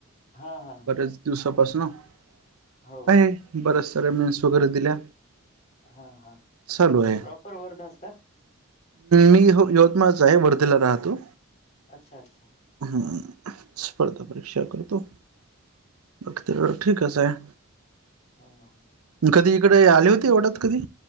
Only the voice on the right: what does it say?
बऱ्याच दिवसापासून अ
बऱ्याच सऱ्या मेन्स वगैरे दिल्या.
चालू आहे
मी यवतमाळच आहे वर्धेला राहतो.
हम्म स्पर्ध
परि क्षा करतो बाकी तर ठीकच आहे.
कधी इकडे आले होती एवढात कधी?